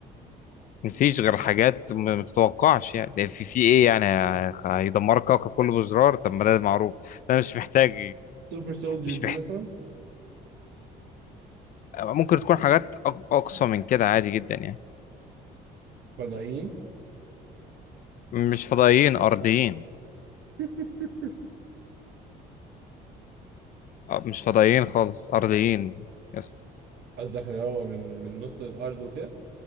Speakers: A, on the left; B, on the right.
A: مفيش غير حاجات ما ما تتوقعش يعني في في ايه يعني هيخ- هيدمرك كوكب كله بزرار طب ما ده معروف ده مش محتاج
B: سوبر سولجرز
A: مش محتاج
B: مثلا
A: ممكن تكون حاجات أق- اقصى من كده عادي جدا يعني
B: فضائيين
A: مش فضائيين ارضيين
B: <laughs>
A: أه، مش فضائيين خالص ارضيين يا اسطى
B: قصدك ان هو من من نص الارض وكده